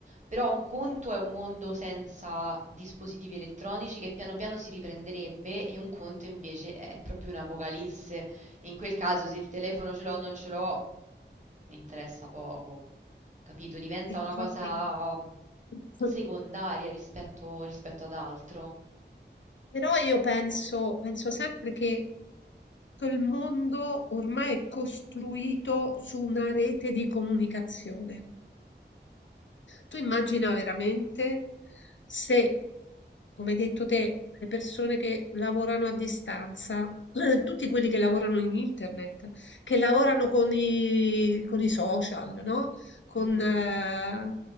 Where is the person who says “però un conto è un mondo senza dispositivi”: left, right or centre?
Right